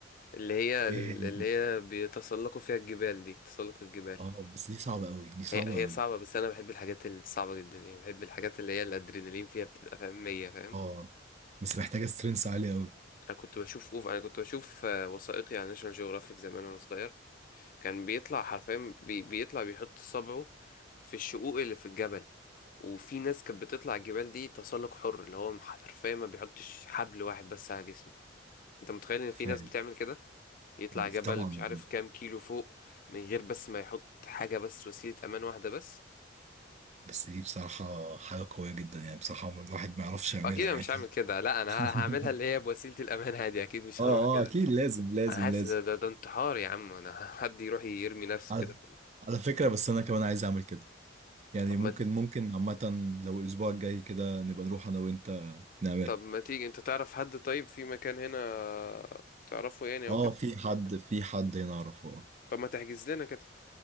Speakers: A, on the left; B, on the right.
A: اللي هي اللي
B: ايه
A: هي بيتسلقوا فيها الجبال دي تسلق الجبال
B: اه بس دي صعبه قوي دي صعبه
A: هي هي
B: قوي
A: صعبة بس أنا بحب الحاجات الصعبة جدا يعني بحب الحاجات اللي هي الأدرينالين فيها بتبقى فاهم مية فاهم
B: اه بس محتاجة سترينث عالية قوي
A: أنا كنت بشوف أوف أنا كنت بشوف آه، وثائقي عن ناشونال جيوغرافيك زمان وأنا صغير كان بيطلع حرفيا بي بيطلع بيحط صبعه في الشقوق اللي في الجبل وفي ناس كانت بتطلع الجبال دي تسلق حر اللي هو حرفيا ما بيحطش حبل واحد بس على جسمه أنت متخيل إن
B: فاهم
A: في ناس بتعمل كده يطلع
B: بف-
A: جبل
B: طبعا
A: مش عارف كام كيلو فوق من غير بس ما يحط حاجة بس وسيلة أمان واحدة بس
B: بس دي بصراحة حاجة قوية جدا يعني بصراحة الواحد ما يعرفش يعملها
A: اكيد انا
B: يعني
A: مش هعمل كده لا انا
B: <laughs>
A: ه- هعملها اللي هي بوسيله الامان عادي اكيد مش
B: اه
A: هروح كده
B: اه اكيد لازم لازم
A: انا حاسس
B: لازم
A: ده, ده, ده انتحار يا عم انا <laughs> حد يروح يرمي نفسه
B: على
A: كده في ال-
B: على فكرة بس أنا كمان عايز أعمل كده يعني
A: طب
B: ممكن
A: ما
B: ممكن عامة لو الأسبوع الجاي كده نبقى نروح أنا وأنت نعملها
A: طب ما تيجي انت تعرف حد طيب في مكان هنا تعرفه يعني او
B: اه
A: كده
B: في حد في حد هنا أعرفه اه
A: طب ما تحجز لنا كده